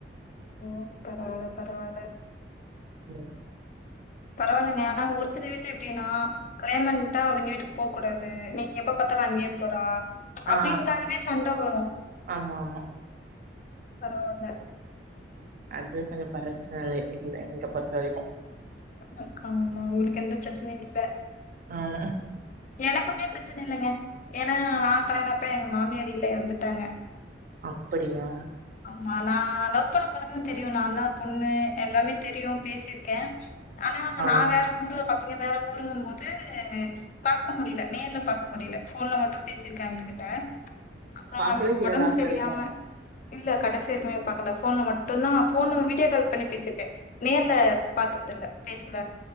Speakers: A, on the left (about 45°); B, on the right (about 50°).
A: ஓ பரவால பரவால
B: ம்
A: பரவாலங்க ஆனா ஒரு சில வீட்ல எப்டினா கல்யா பண்டா அவங்க வீட்டுகு போ கூடாது நீங்கப் எப்ப பாத்தாலு அங்கேயே போறா அப்பிடினூக்காகவே
B: ஆ
A: சண்ட வரு
B: ஆமா ஆமா
A: பரவால்ல
B: அது கொஞ்ச பழசாயில்ல எங்க பொறுத்த வரைக்கு
A: ஆமா கா உங்களுக்கு எந்த பிரச்சனையு இல்ல
B: ஆமா
A: எனக்குமே பிரச்சன இல்லங்க ஏனா நா கலையனப்ப எங்க மாமியார் இல்ல எறந்துட்டாங்க
B: அப்படியா
A: ஆமா நா லவ் பண்ண போதுனா தெரியு நா தா பொண்ணு எல்லாமே தெரியு பேசிக் கே ஆனா
B: ஆ
A: நா வேற ஊரு பாத்தி வேற ஊருங்கு போது பாக்க முடில நேர்ல பாக்க முடில போன்ல மட்டு பேசிருக்கா அவுங்க கிட்ட அப்பறோ
B: பாக்கவே
A: அவுங்களுக்கு
B: செய்ல
A: வொடம்பு
B: லாஸ்ட்
A: சரியாம
B: வரைக்கு
A: இல்ல கடைசி வரைக்குமே பாக்கல போன்ல மட்டு தா போனு வீடியோ கால் பண்ணி பேசிருக்கே நேர்ல பாத்ததுல பேசல